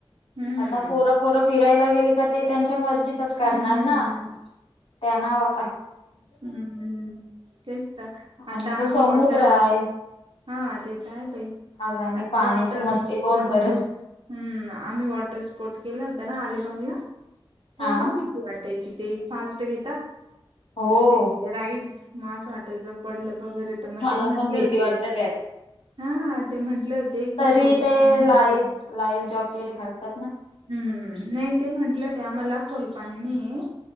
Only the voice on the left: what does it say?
आता पोरं, पोरं फिरायला गेली का ते त्यांच्या मर्जीन. तिथेच करणार
ना त्यानं.
आणि
तो
समुद्र
आहे.
आगाने
पाण्याची
मस्ती
कोण करल
हा
हो
मला
पण भीती
वाटत त्यात
तरी
ते
लाईव्ह
लाईव्ह जॉकेट घालतात ना